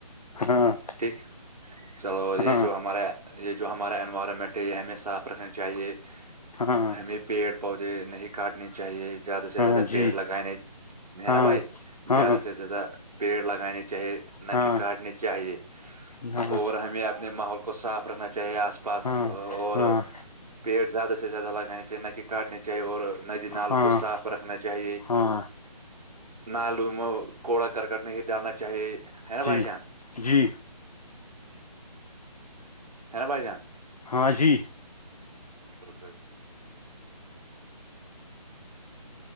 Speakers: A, on the left; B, on the right.
A: ہاں
B: ٹھیک چلو یہ
A: ہاں
B: جو ہمارے یہ جو ہمارا انوائرمنٹ ہے یہ ہمیں صاف رکھنا چاہیے
A: ہاں
B: ہمیں پیڑ پودے نہیں کاٹنے چاہیے زیادہ سے
A: ہاں
B: زیادہ
A: جی
B: پیڑ لگائےے ہے
A: ہاں
B: نا بھائی
A: ہاں
B: زیادہ سے زیادہ پیڑ لگانے چاہیے نہ
A: ہاں
B: کہ کاٹنے چاہیے
A: ہاں
B: اور ہمیں اپنے ماحول کو صاف رکھنا چاہیے آس پاس
A: ہاں
B: اور
A: ہاں
B: پیٹ زیادہ سے زیادہ لگانانی چاہیے نہ کہ کاٹنی چاہے اور ندی نال
A: ہاں
B: کو صاف رکھنا چاہیے
A: ہاں
B: نال میں کوڑا کرکٹ نہیں ڈالنا چاہیے ہے نا
A: جی
B: بھائی جان
A: جی
B: ہا بھائی جان
A: ہاں جی
B: ف